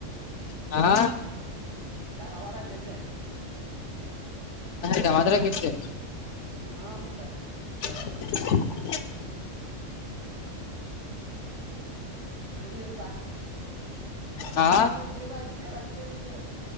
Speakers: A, on the left; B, on the right.
A: ಆ.
B: ಎರಡು ಅವಾರ ಆಯ್ತು ಅಂದೆ.
A: ತ ಮಾದ್ರ ಕ ಇತ್ತ.
B: ಹಾ ಮತ್ತಾ
A: <inaudible>
B: ಉಂದಿದಲ್ಪಾ ಅಬ್ಬಬ್ಬಬ್ಬ
A: ಹಾ
B: ಚೀಲ ಹಂಚಾರ ಅಂತಿಂತು.